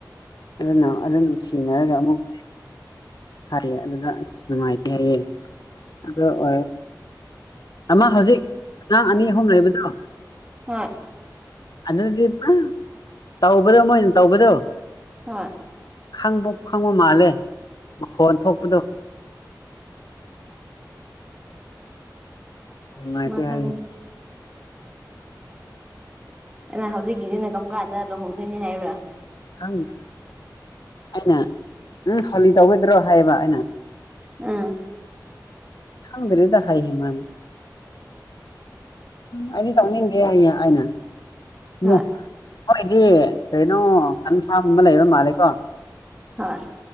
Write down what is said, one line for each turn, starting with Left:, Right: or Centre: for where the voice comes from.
Left: ꯑꯗꯨꯅ ꯑꯗꯨ ꯅꯨꯡꯁꯤꯅꯔꯒ ꯑꯃꯨꯛ ꯍꯥꯏꯌꯦ ꯑꯗꯨꯗ ꯑꯁ ꯅꯨꯡꯉꯥꯏꯇꯦ ꯍꯥꯏꯌꯦ ꯑꯗꯣ ꯑꯣꯏꯔ ꯑꯃ ꯍꯧꯖꯤꯛ ꯑꯉꯥꯡ ꯑꯅꯤ ꯑꯍꯨꯝ ꯂꯩꯕꯗꯣ
Right: ꯍꯣꯏ
Left: ꯑꯗꯨꯗꯤ ꯄꯨꯔꯥ ꯇꯧꯕꯗꯣ ꯃꯣꯏꯅ ꯇꯧꯕꯗꯣ
Right: ꯍꯣꯏ
Left: ꯈꯪꯕ ꯈꯪꯕ ꯃꯥꯜꯂꯦ ꯃꯈꯣꯟ ꯊꯣꯛꯄꯗꯣ ꯅꯨꯡꯉꯥꯏꯇꯦ
Right: ꯃꯥ ꯈꯪꯉꯤ
Left: ꯍꯥꯏꯕꯅꯤ
Right: ꯑꯩꯅ ꯍꯧꯖꯤꯛꯀꯤꯖꯤꯅ ꯀꯝ ꯀꯥꯟꯗ ꯂꯨꯍꯣꯡꯗꯣꯏꯅꯤ ꯍꯥꯏꯌꯨꯔꯥ
Left: ꯈꯪꯗ ꯑꯩꯅ ꯎꯝ ꯍꯣꯂꯤ ꯇꯧꯔꯣꯏꯗ꯭ꯔꯣ ꯍꯥꯏꯌꯦꯕ ꯑꯩꯅ
Right: ꯑ
Left: ꯈꯪꯗꯔꯤꯗ ꯍꯥꯏꯍꯦ ꯃꯥꯅ ꯑꯩꯗꯤ ꯇꯧꯅꯤꯡꯗꯦ ꯍꯥꯏꯌꯦ ꯑꯩꯅ
Right: ꯍꯣꯏ
Left: ꯅꯣ ꯍꯣꯏꯗꯤ ꯀꯩꯅꯣ ꯀꯟꯐꯥꯝꯒꯨꯝꯕ ꯂꯩꯕ ꯃꯥꯜꯂꯦꯀꯣ
Right: ꯍꯣꯏ